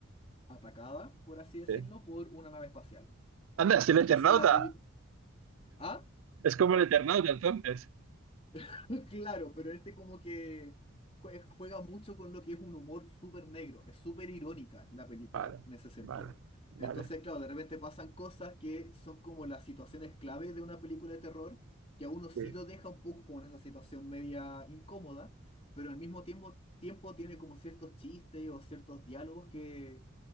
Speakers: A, on the left (about 30°); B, on the right (about 75°).
A: atacada, por así decirlo,
B: sí.
A: por una nave espacial.
B: Anda, es
A: Entonces
B: el Eternauta,
A: la peli... ¿Ah?
B: es como el Eternauta entonces.
A: <laughs> Claro, pero este como que jue- eh, juega mucho con lo que es un humor súper negro, es súper irónica la película
B: Vale,
A: en ese sentido.
B: vale, vale,
A: Entonces, claro, de repente pasan cosas que son como las situaciones clave de una película de terror, que a uno sí
B: sí,
A: lo deja un poco como en esa situación media incómoda, pero al mismo tiempo, tiempo tiene como ciertos chistes o ciertos diálogos que,